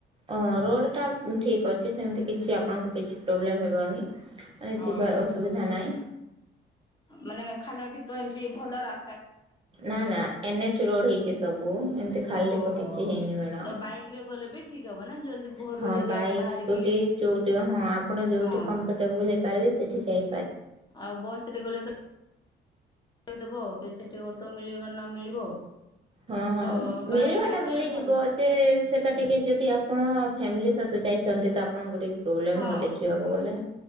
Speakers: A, on the right; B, on the left.
A: ଅଁ ରୋଡ ଟା ଠିକ ଅଛି ସେମତି କିଛି। କିଛି ଆପଣଙ୍କ କିଛି ପ୍ରୋବ୍ଲେମ୍ ହେବନି। ମାନେ ଜିବାାର
B: ଓହୋ
A: ଅସୁବିଧା ନାଇଁ।
B: ମାନେ ଖାଲ ଢିପ ଏମିତି ଭଲ ରା
A: ନା ନା ଏନ-ଏଚ ରୋଡ ହେଇଛି ସବୁ ଏମିତି
B: ଓହୋ
A: ଖାଲି କିଛି ହେଇନି ମ୍ୟାଡ
B: ତ ବାଇକ ରେ ଗଲେ ବି ଠିକ ହବ ନା ଜଲ୍ଦି ଭୋରରୁ
A: ହଁ
B: ଯଦି
A: ବାଇକ୍
B: ଆମେ ବାହାରିକି
A: ସ୍କୁଟି ଯୋଉଠି ହଁ ଆପଣ ଯୋଉଠି
B: ହଁ
A: କମ୍ଫର୍ଟେବୁଲ ହେଇପାରିବେ ସେ ଠି ସେଇ
B: ଆଉ ବସରେ ଗଲେ ତ ଦବ କି ସେଠି ଅଟୋ ମିଳିବ ନ ମିଳିବ।
A: ହଁ ହଁ
B: ତ ବାଇକ
A: ମିଳିବା
B: ରେ
A: ଟା
B: ଗଲେ
A: ମିଳିଯିବ
B: ଭଲ
A: ଯେ ସେଟା
B: ହୁଁ
A: ଟିକେ ଯଦି ଆପଣ ଫ୍ୟାମିଲି ସହିତ ଯାଇଛନ୍ତି ତ। ହଁ ଗୁଡ଼ିକ ପ୍ରୋବ୍ଲେମ୍
B: ହଁ
A: ହବ ଦେଖିବାକୁ ଗଲେ